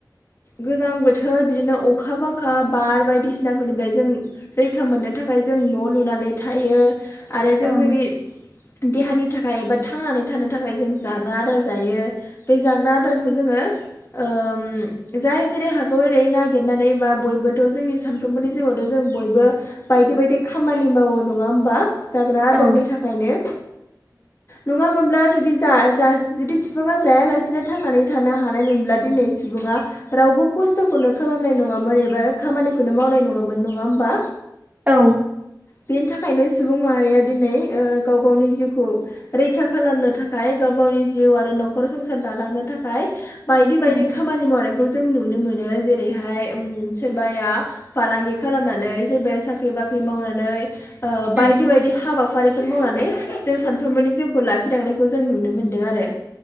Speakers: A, on the left; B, on the right.
A: गोजां बोथोर बिदिनो अखा बांखा बार बायदिसिनाफोरनिफ्राय जों रैखा मोननो थाखाय जों न' लुनानै थायो आरो जों
B: औ
A: जोंनि देहानि थाखाय एबा थांनानै थानो थाखाय जों जाग्रा आदार जायो बे जाग्रा आदारखौ जोङो ओम जाय जेरै हागौ एरै नागिरनानै बा बयबोथ' जोंनि सानफ्रोमबोनि जिउआवथ' जों बयबो बायदि बायदि खामानि मावो नङा होमबा जाग्रा आदारनि
B: औ
A: थाखायनो नङामोनब्ला जुदि जा जा जुदि सुबुङा जायालासेनो थांनानै थानो हानायमोनब्ला दिनै सुबुङा रावबो खस थ'खौनो खालामनाय नङामोन एबा खामानिखौनो मावनाय नङामोन नङा होमबा।
B: औ
A: बेनि थाखायनो सुबुं माहारिया दिनै ओ गाव गावनि जिउखौ रैखा खालामनो थाखाय गाव गावनि जिउ आरो न'खर संसार दालांनो थाखाय बायदि बायदि
B: उम
A: खामानि मावनायखौ जों नुनो मोनो जेरैहाय उम सोरबाया फालांगि खालामनानै सोरबाया साख्रि बाख्रि मावनानै ओ
B: उम
A: बायदि बायदि हाबाफारि फोर मावनानै जों सानफ्रोमबोनि जिउखौ लाखिलांनायखौ जों नुनो मोनदों आरो